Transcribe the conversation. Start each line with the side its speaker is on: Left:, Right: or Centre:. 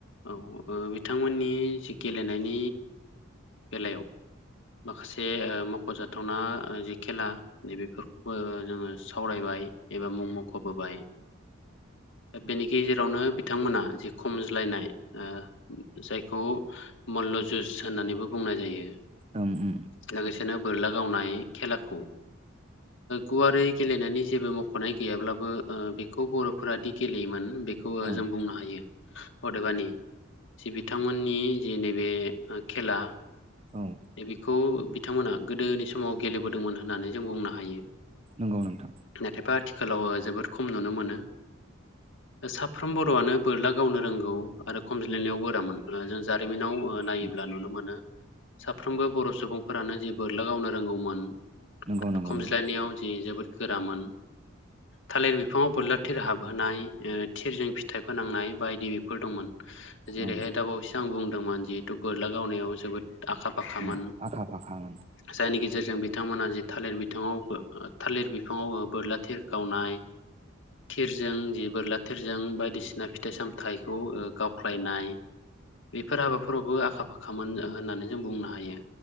Left: औ बिथांमोननि जि गेलेनायनि बेलायाव माखासे मख'जाथावना जि खेला नैबेफोरखौबो जोङो सावरायबाय एबा मुं मख'बोबाय बेनि गेजेरावनो बिथांमोना जि खमज्लायनाय जायखौ जु' जुस होननानैबो बुंनाय जायो
Right: ओं ओ
Left: लोगोसेनो बोरला गावनाय खेलाखौ गुवारै गेलेनायनि जेबो म खनाय गैयाब्लाबो बेखौ बर'फोरादि गेलेयोमोन बेखौ
Right: ओं
Left: जों बुंनो हायो अदेबानि जि बिथांमोननि जि नैबे खेला
Right: औ
Left: द बेखौ बिथांमोना गोदोनि समाव गेलेबोदोंमोन होननानै जों बुंनो हायो
Right: नंगौ नोंथां
Left: नाथायबा आथिखालाव जोबोद खम नुनो मोनो साफ्रोम बर'आनो बोरला गावनो रोंगौ आरो खमज्लायनायाव बोरामोन जों जारिमिनाव नायोब्ला
Right: उम
Left: नुनो मोनो साफ्रोमबो बर' सुबुंफोरानो जे बोरला गावनो रोंगौमोन
Right: नंगौ
Left: आरो
Right: नंगौ
Left: खमज्लायनायाव
Right: नंगौ
Left: जि जोबोद गोरामोन थालिर बिफाङाव बोरला थिर हाबहोनाय थिरजों फिथाइ फोनांनाय बायदि बेफोर दंमोन जेरैहाय
Right: ओं
Left: दा बावैसो आं बुंदोंमोन जिहेथु बोरला गावनायाव जोबोद आखा फाखामोन
Right: उम आखा फाखामोन
Left: जायनि गेजेरजों बिथांमोना थालिर बिथाङावब थालिर बिफाङाव बोरला थिर गावनाय थिरजों जि बोरला थिरजों बायदिसिना फिथाइ सामथाइखौ गावख्लायनाय बेफोर हाबाफोरावबो आखा फाखामोन होननानै जों बुंनो हायो